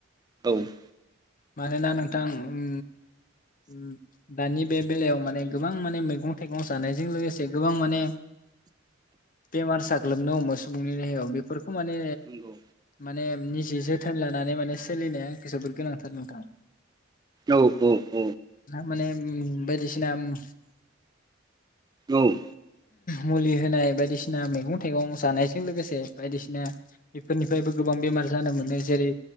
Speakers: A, on the right; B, on the left.
A: औ ।
B: मानोना नोंथां उम उम । दानि बे बेलायाव माने गोबां माने मैगं थाइगं जानायजों लोगोसे गोबां माने बेमार साग्लोबनो हमो सुबुंनि देहायाव बेफोर खौ माने
A: नंगौ
B: माने निजे जोथोन लानानै माने सोलिनाया जोबोर गोनांथा थार नोंथां ।
A: औ औ औ।
B: माने उम बायदिसिना उम
A: औ।
B: मुलि होनाय बायदिसिना मैगं थाइगं जानायजों लोगोसे बायदिसिना बेफोरनिफ्रायबो गोबां बेमार जानो मोनो जेरै